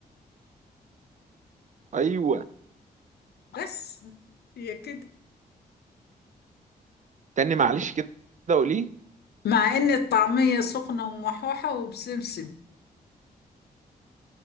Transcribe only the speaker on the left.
بس هي كده
مع ان الطعمية سخنة وموحوحة وبسمسم